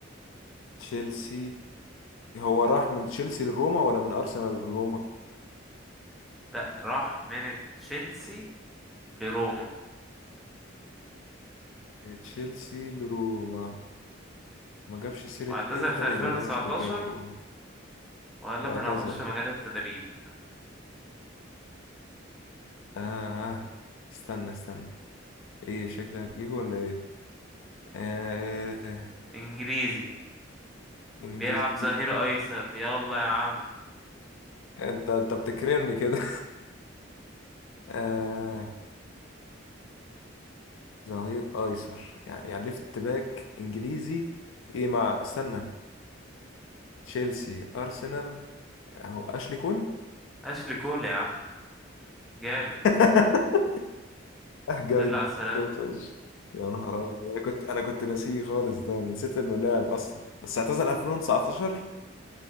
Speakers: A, on the left; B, in the centre.
A: تشيلسي هو راح من تشيلسي لروما ولا من ارسنال لروما
B: لا راح من تشيلسي لروما
A: من تشيلسي لروما ما جابش سيرة
B: واعتزل
A: انتر
B: في 2019
A: يبقى ده مش لوكاكو
B: وقال
A: واعتزل
B: لك انا هخش مجال التدريب
A: اه استنى استنى ايه شكلي هتجيبه ولا ايه آه
B: انجليزي
A: انجليزي
B: بيلعب ظهير ايسر يلا يا عم
A: انت انت بتكرمني كده <laughs> آه ظهير ايسر يعني يعني ليفت باك انجليزي ايه مع استنى تشيلسي ارسنال اهو اشلي كول
B: اشلي كول يا عم جامد
A: <laughs> اه
B: الحمد
A: جامد
B: لله على السلامة
A: جامد فشخ يا نهار أبيض. انا كنت انا كنت ناسيه خالص ده أنا نسيت انه لاعب اصلا بس اعتزل 2019